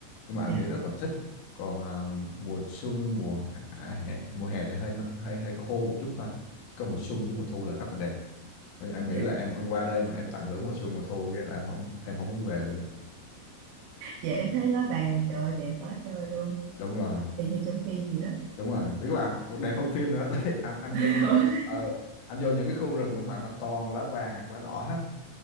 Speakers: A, on the left; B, on the right.
A: nhưng mà anh
B: dạ
A: nghĩ rất là thích còn à, mùa xuân mùa hạ, à, hè, mùa hè thì hơi hơi hơi khô một chút thôi chứ còn mùa xuân với mùa thu là rất là đẹp Bây giờ em
B: dạ
A: nghĩ là em, em qua đây mà em tận hưởng mùa xuân mùa thu cái là em không em không muốn về luôn á
B: dạ em thấy lá vàng trời ơi, đẹp quá trời luôn
A: đúng rồi
B: y như trong phim gì đó
A: đúng rồi tức là đẹp hơn phim nữa <laughs> Tại anh anh
B: <laughs>
A: vô mấy cái ờ, anh vô những cái khu rừng mà nó toàn lá vàng hoặc lá đỏ hết